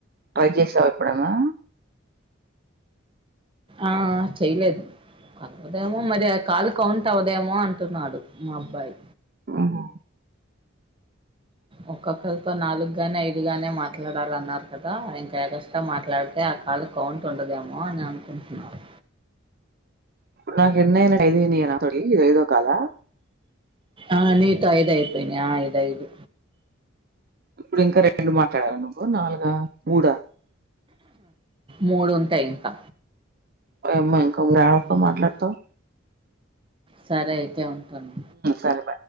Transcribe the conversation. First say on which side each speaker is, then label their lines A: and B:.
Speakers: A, on the right (about 50°); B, on the right (about 25°).
A: ట్రై చేసావా ఎప్పుడన్నా
B: ఆ చేయలేదు కాకపోతేమో మరి ఆ కాలు కౌ కౌట్ అవదేమో అంటున్నాడు, మా అబ్బాయి
A: ఉహు
B: ఒక్కొక్క ఇంకో నాలుగుగానే ఐదు గానే మాట్లాడాలన్నారు కదా ఇంకా ఎగస్ట్రా మాట్లాడితే ఆ కాల్ కౌంట్ ఉండదు. దేమో అని అనుకుంటున్నారు.
A: ఇప్పుడు నాకు ఎన్ని అయ్యి నాతోటి ఇప్పుడు ఐదో కాల
B: ఆ నీతో ఐదాయిపోయినా ఆ ఐదయిదు,
A: ఇప్పుడు ఇంకా రెండు మాట్లాడాల నువ్వు నాలుగ, మూడా
B: మూడు ఉంటాయి. ఇంకా
A: వయమో ఇంకా మూడు ఎవరితో
B: ఉమ్,
A: మాట్లాడతవ్,
B: సరే అయితే ఉంటాను,
A: సరే బాయ్